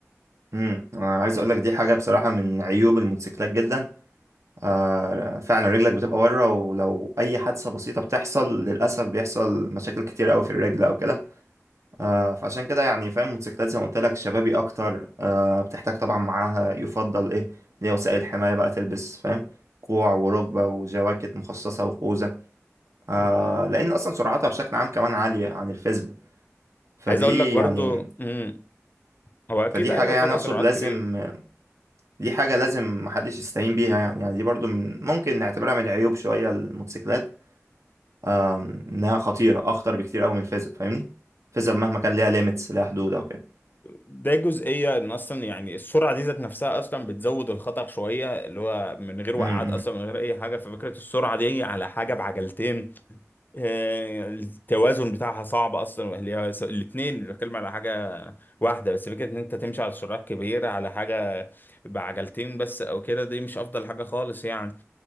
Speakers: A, on the right; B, on the left.
A: امم عايز اقول لك دي حاجه بصراحه من عيوب الموتوسيكلات جدا آه، فعلا رجلك بتبقى بره ولو اي حادثه بسيطه بتحصل للاسف بيحصل مشاكل كتير قوي في الرجل او كده آه، فعشان كده يعني فاهم الموتوسيكلات زي ما قلت لك شبابي اكتر آه، بتحتاج طبعا معاها يفضل ايه اللي هي وسائل حمايه بقى تلبس فاهم كوع وركبه وجواكت مخصصه وخوذه آه
B: مم.
A: لان اصلا سرعتها بشكل عام كمان عاليه عن الفيسبوك فدي
B: عايز اقول لك برضو
A: يعني
B: امم هو اكيد
A: فدي
B: ايوه
A: حاجه يعني
B: فرق
A: اقصد
B: سرعات
A: لازم
B: كبير
A: دي حاجه لازم محدش يستهين بيها يعني يعني دي برضو من ممكن نعتبرها من العيوب شويه الموتوسيكلات آه انها خطيره اخطر بكتير قوي من الفيسبوك فاهمني الفيسبوك مهما كان ليها ليميتس ليها حدود او كده
B: ده جزئية ان اصلا يعني السرعة دي ذات نفسها اصلا بتزود الخطر شوية اللي هو من غير وقعات
A: امم
B: اصلا من غير اي حاجة ففكرة السرعة دي على حاجة بعجلتين آه، التوازن بتاعها صعب اصلا وهي- الاتنين بتكلم على حاجة واحدة بس فكرة ان انت تمشي على سرعات كبيرة على حاجة بعجلتين بس او كده دي مش افضل حاجة خالص يعني